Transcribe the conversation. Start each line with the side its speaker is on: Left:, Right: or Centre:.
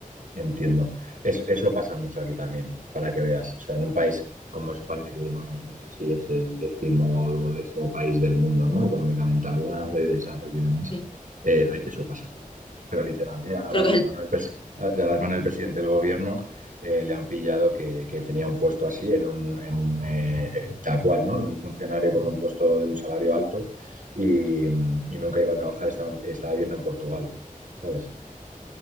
Right: Entiendo. Es- eso pasa mucho aquí también, para que veas. O sea, en un país como España, que bueno, no sé si es el décimo o décimo país del mundo, ¿no? Económicamente hablando, y de desarrollo y demás,
Left: Sí.
Right: eh, eso pasa aquí. Pero literal, ¿eh? Ahora
Left: Creo
Right: el
Left: que
Right: hermano
Left: es,
Right: del, presi- al hermano del presidente del gobierno eh, le han pillado que, que tenía un puesto así, en un, en, eh, tal cual, ¿no? Un funcionario con un puesto de un salario alto y, mm, y nunca iba a trabajar, estaba, estaba viviendo en Portugal, ¿sabes?